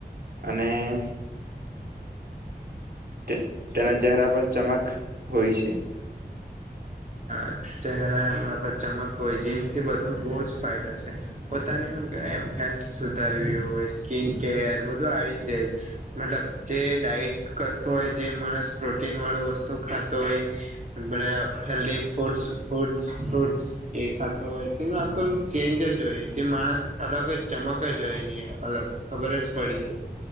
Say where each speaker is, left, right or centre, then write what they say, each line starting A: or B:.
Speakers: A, on the right; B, on the right.
A: અને- -તે તેના ચહેરા પર ચમક હોય છે.
B: હા ચહેરામાં ચમક હોય, જીમથી બધું બહુ જ ફાયદો છે. પોતાની હ એમ હેલ્થ સુધારવી હોય, સ્કીિન કેર બધું આવી જાય. મતલબ, જે ડાયટ કરતો હોય, જે માણસ પ્રોટીન વાળું વસ્તુ ખાતો હોય- હગબળા <unintelligible> હેલ્ધી ફૂડસ ફૂડસ ફ્રુટસ એ ખાતો હોય, તેનું આખુ એમ ચેન્જ જ હોય, તે માણસ- અલગ જ, ચમક જ હોય એની, અલગ ખબર જ પડી જાય.